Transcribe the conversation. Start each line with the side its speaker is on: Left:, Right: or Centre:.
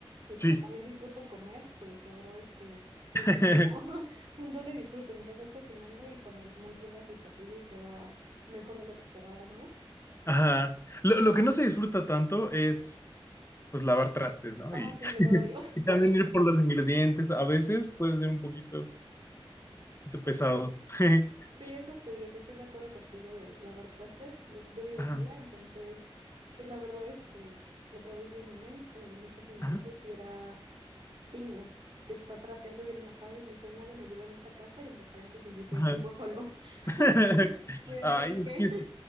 Right: y como
Left: sí.
Right: también disfruto comer, pues la verdad es que creo
Left: <laughs>
Right: que es como <laughs> un doble disfrute mientras vas cocinando y cuando al final pruebas el platillo y queda mejor de lo que esperabas, ¿no?
Left: Ajá. Lo, lo que no se disfruta tanto es, pues, lavar trastes, ¿no?
Right: Ah,
Left: Y,
Right: sí, yo
Left: <laughs>
Right: lo odio. <laughs>
Left: y también ir por los ingredientes. A veces puede ser un poquito, poquito pesado. <laughs>
Right: Sí, es estudioso, estoy de acuerdo contigo de lavar trastes. o- Yo vivo
Left: Ajá,
Right: sola, entonces, pues la verdad es que la otra vez vi un meme que me dio muchísima
Left: ajá,
Right: risa y era Pingu, que está trapeando bien enojado y dice, nadie me ayuda en esta casa, y entre paréntesis dice,
Left: ajá.
Right: vivo solo.
Left: <laughs>
Right: <laughs> Me identifiqué.
Left: Ay, es que sí.